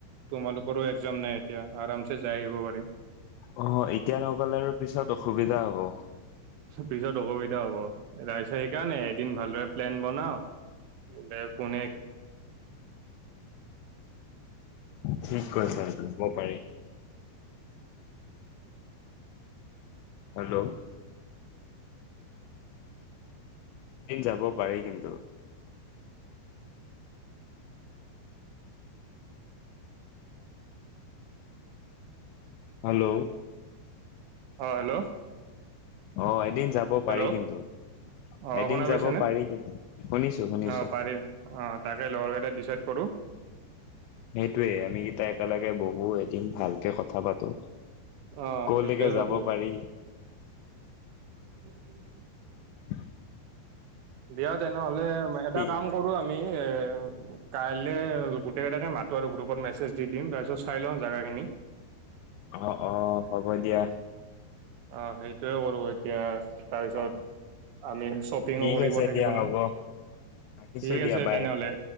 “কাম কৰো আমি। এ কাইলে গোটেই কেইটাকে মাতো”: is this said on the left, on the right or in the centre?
Right